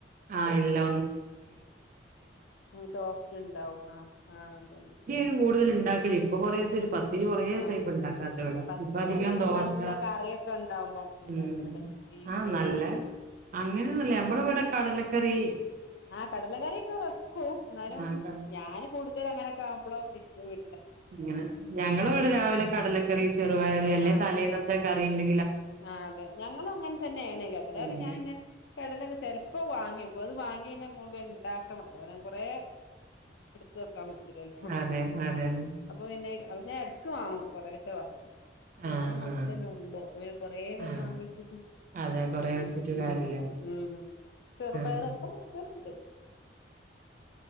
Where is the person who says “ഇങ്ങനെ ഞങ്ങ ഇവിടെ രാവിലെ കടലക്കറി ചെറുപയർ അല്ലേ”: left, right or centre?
Right